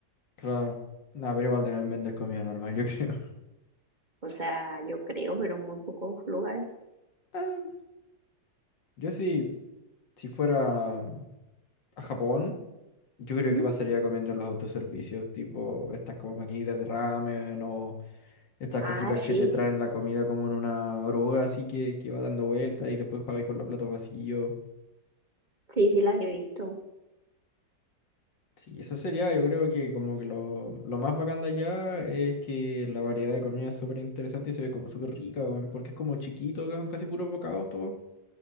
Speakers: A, on the left; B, on the right.
A: Claro, nada, pero igual deben vender comida normal, yo creo. <laughs>
B: O sea, yo creo, pero en muy pocos lugares.
A: Ah, Yo sí, si fuera a Japón, yo creo
B: ¿Mm?
A: que pasaría comiendo en los autoservicios, tipo estas como maquinitas de ramen o Estas cositas
B: Ah, sí,
A: que te traen la comida como en una oruga así que, que va dando vueltas y después pagáis con los platos vacíos.
B: sí, sí las he visto,
A: Sí, eso sería, yo creo que como que lo, lo más bacán de allá es que la variedad de comida es súper interesante y se ve como súper rica, weón, porque es como chiquito, que son casi puros bocados todos.